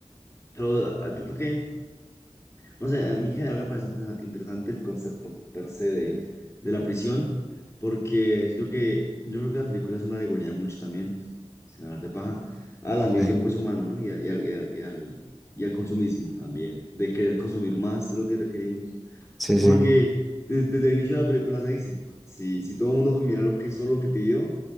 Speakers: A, on the left (about 25°); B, in the centre.
A: Pero ah, yo creo que No sé, a mí en general me parece inter- interesante el concepto per se de, de la prisión, porque siento que yo creo que la película es una alegoría mucho también, sin hablar de paja, a la ambición
B: Sí,
A: pues humana, ¿no? Y al, y al, y al, y al- y al consumismo también, de querer consumir más de lo que requerimos.
B: sí,
A: Porque
B: sí,
A: desde, desde el inicio de la película se dice, si, si todo el mundo comiera lo que, solo lo que pidió,